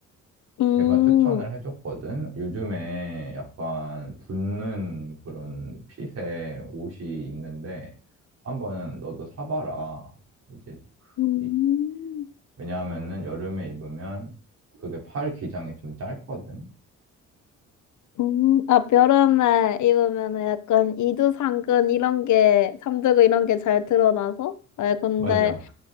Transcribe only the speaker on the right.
걔가 추천을 해줬거든. 요즘에 약간 붙는 그런 핏의 옷이 있는데 한번 너도 사봐라. 이제 그-
이- 왜냐하면은 여름에 입으면 그게 팔 기장이 좀 짧거든.
맞아.